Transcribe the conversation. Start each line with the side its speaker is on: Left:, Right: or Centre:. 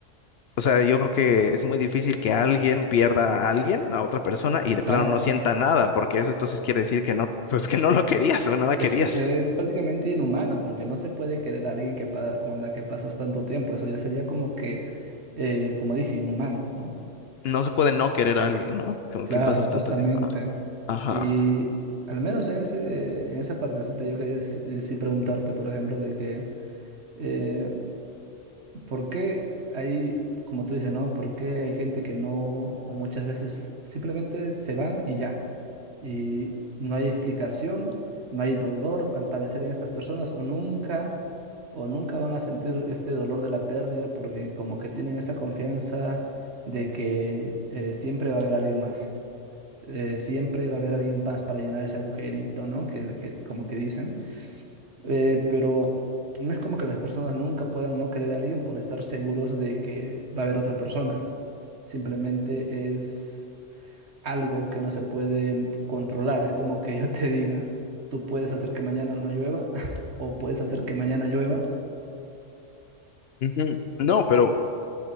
Left: o sea, yo creo que es muy difícil que alguien pierda a alguien, a otra persona,
Right: mm,
Left: y de
Right: claro,
Left: plano no sienta nada, porque eso entonces quiere decir que no, pues que no lo querías o no la
Right: es,
Left: querías.
Right: es prácticamente inhumano, porque no se puede querer a alguien que pa- con la que pasas tanto tiempo, eso ya sería como que, eh, como dije, inhumano, ¿no?
Left: No se puede no querer a alguien, ¿no? Con
Right: Claro,
Left: quien pasas
Right: justamente.
Left: tanto tiempo. Ah, Ajá.
Right: Y al menos en ese, en esa partecita yo quería sí eh, sí preguntarte, por ejemplo, de que, eh, ¿por qué hay, como tú dices, ¿no? ¿Por qué hay gente que no, o muchas veces simplemente se van y ya? Y no hay explicación, no hay dolor, al parecer, en estas personas, o nunca, o nunca van a sentir este dolor de la pérdida porque como que tienen esa confianza de que eh, siempre va a haber alguien más eh, siempre va a haber alguien más para llenar ese agujerito, ¿no? Que, que- como que dicen. Eh, pero no es como que las personas nunca puedan no querer a alguien por estar seguros de que va a haber otra persona. Simplemente es algo que no se puede controlar. Es como que yo te diga, tú puedes hacer que mañana no llueva <laughs> o puedes hacer que mañana llueva.
Left: Ujú. No, pero,